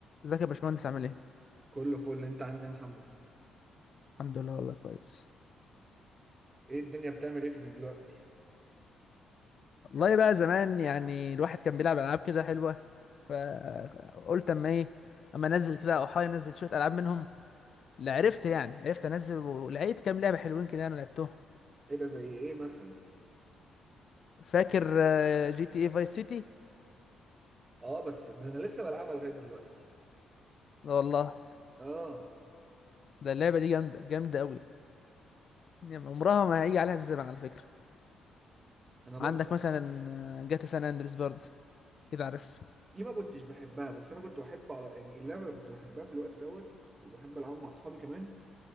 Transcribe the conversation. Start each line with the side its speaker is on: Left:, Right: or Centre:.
Left: ازيك يا باشمهندس عامل ايه؟
Right: كله فل انت عامل ايه يا محمد
Left: الحمد لله والله كويس
Right: ايه الدنيا بتعمل ايه في دلوقتي
Left: والله بقى زمان يعني الواحد كان بيلعب العاب كده حلوه فقلت اما ايه اما انزل كده او احاول انزل شويه العاب منهم اللي عرفت يعني عرفت انزل ولقيت كام لعبه حلوين كده انا لعبتهم
Right: ايه ده زي ايه مثلا
Left: فاكر آه، جي تي اي فايس سيتي؟
Right: اه بس ده انا لسه بلعبها لغايه دلوقتي
Left: لا والله
Right: اه
Left: ده اللعبه دي جامده جامده قوي يعني عمرها ما هيجي عليها الزمن على فكره
Right: انا
Left: عندك
Right: برضو
Left: مثلا آه، جاتا سان اندريس برضه كده عارف
Right: دي ما كنتش بحبها بس انا كنت بحب على يعني اللعبه اللي كنت بحبها في الوقت دوت وبحب العبها مع اصحابي كمان